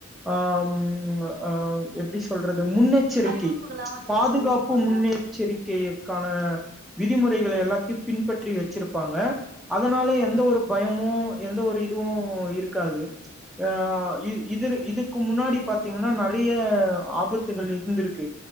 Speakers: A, in the centre; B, on the right.
A: ஆ அம் எப்படி சொல்றது முன்னெச்சரிக்கை
B: அறிவிப்புகள்லாம் வச்சிரு
A: பாதுகாப்பு
B: பண்ணியிருப்பாங்க
A: முன்னேற் கோரிக்கான விதிமுறைகளை எல்லாத்தையும் பின்பற்றி வச்சிப்பாங்க அதனாலேயே எந்த ஒரு பயமும் எந்த ஒரு இதுவும் இருக்காது ஆஹ இது இதுக்கு முன்னாடி பாத்தீங்கன்னா நிறைய ஆபத்துகள் இருந்திருக்கு